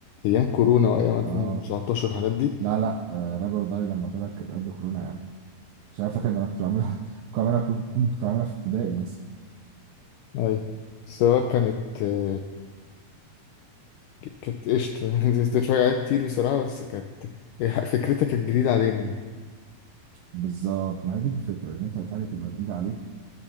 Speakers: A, on the left; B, on the right.
A: أيام كورونا وأيام 2019
B: اه
A: الحاجات دي
B: لا لا آه رابر داي لما طلعت كانت قبل كورونا يا عم مش عارف فاكر ده انا كنت بعملها <laughs> كنت بعملها كنت كنت بعملها في ابتدائي مثلا
A: أي السواقة كانت آه، كانت قشطة <laughs> كنت بتفرج عليها كتير بصراحة بس كانت فكرتها كانت جديدة علينا يعني
B: بالظبط ما هي دي الفكره ان انت الحاجه تبقى جديده عليك